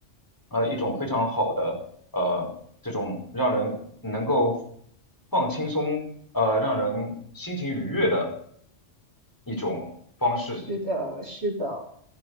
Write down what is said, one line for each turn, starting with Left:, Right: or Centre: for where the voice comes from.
Left: 呃一种非常好的呃这种让人能够放轻松呃让人心情愉悦的一种方式。
Right: 是的，是的，